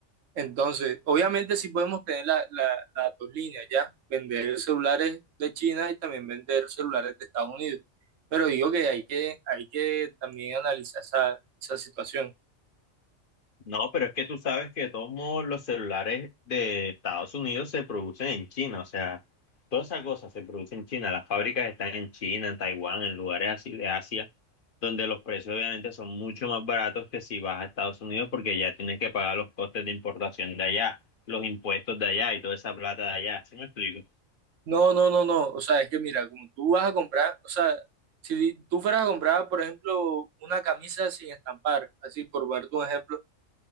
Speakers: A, on the right (about 80°); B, on the left (about 50°).
A: Entonces, obviamente sí podemos tener la, la- las dos líneas, ¿ya? Vender celulares de China y también vender celulares de Estados Unidos. Pero digo que hay que, hay que también analizar esa, esa situación.
B: No, pero es que tú sabes que de todos modos los celulares de Estados Unidos se producen en China, o sea, todas esas cosas se producen en China, las fábricas están en China, en Taiwán, en lugares así de Asia, donde los precios obviamente son mucho más baratos que si vas a Estados Unidos porque ya tienes que pagar los costes de importación de allá, los impuestos de allá y toda esa plata de allá, ¿sí me explico?
A: No, no, no, no. O sea, es que mira, como tú vas a comprar, o sea, si tú fueras a comprar, por ejemplo, una camisa sin estampar, así por ponerte un ejemplo,